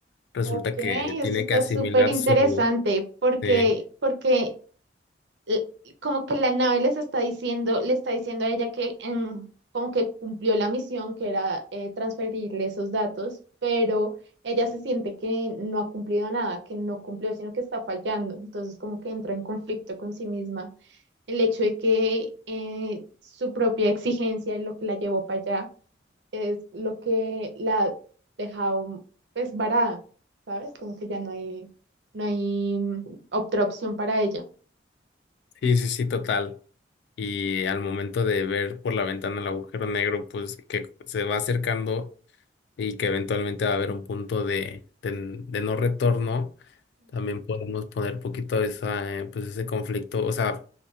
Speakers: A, on the left (about 65°); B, on the right (about 70°).
A: resulta
B: Ok,
A: que tiene
B: esto está
A: que asimilar
B: súper interesante
A: su...
B: porque,
A: eh,
B: porque eh, como que la nave les está diciendo, le está diciendo a ella que em, como que cumplió la misión, que era eh, transferirle esos datos, pero ella se siente que no ha cumplido nada, que no cumplió, sino que está fallando. Entonces como que entra en conflicto con sí misma. El hecho de que eh, su propia exigencia y lo que la llevó para allá es lo que la ha dejado pues varada, ¿sabes? Como que ya no hay, no hay mm, otra opción para ella.
A: sí, sí, sí, total. Y al momento de ver por la ventana el agujero negro, pues que se va acercando y que eventualmente va a haber un punto de, de de no retorno También podemos poner poquito esa, eh, pues ese conflicto, o sea,